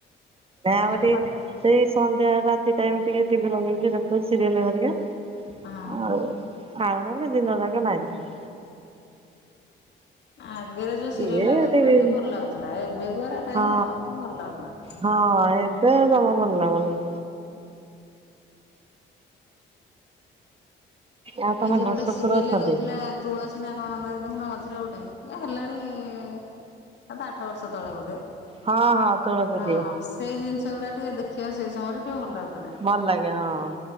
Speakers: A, on the left (about 60°); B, on the right (about 30°).
A: ଛୁଆ
B: ଆମେ
A: ତ
B: ଟିକେ
A: ପାଠ
B: ସେଇ ସନ୍ଧ୍ୟା ରାତି ଟାଇମ୍ ଟିକେ ଟିଭି ଲଗେଇକି ଦେଖୁ ସିରିଏଲ ହରିକା
A: ହଁ।
B: ଆଉ। ଆଉ ନହଲେ ଦିନ ଯାଗ ନାହିଁ।
A: ଆଗରେ ଯୋଉ
B: କିଏ
A: ସିରିଏଲ ରା ଦଉଥିଲା
B: ଟିଭି
A: ଟିକେ ଭଲ ଲାଗୁଥିଲା ଏବେ କୁ କାଇଁ
B: ହଁ
A: ଭଲ ଲାଗୁନି।
B: ହଁ ଏବେ ଯମା ଭଲ ଲାଗୁନି। ଆଉ ତମ
A: ଏଇ ଯୋଉ
B: ଶାଶୁ
A: ଗୋଟେ
B: ଶ୍ୱଶୁର
A: ସିରିଏଲ
B: ଅଛନ୍ତି?
A: ଦଉଥିଲା ତୁଳସୀ ନା କଣ ଦେଖୁନ ମଝିରେ ଗୋଟେ ଏ ହେଲାଣି ସାତ ଆ ଠ ବର୍ଷ ତଳେ ବୋଧେ।
B: ହଁ ହଁ ତୁଳସୀ
A: ହଁ
B: ଦିଏ।
A: ସେଇ ଜିନିଷ ଗୁଡା ଟିକେ ଦେଖିବା ସେଇ ସମୟରେ ଟିକେ ଭଲ ଲାଗୁ
B: ଭଲ ଲାଗେ ହଁ।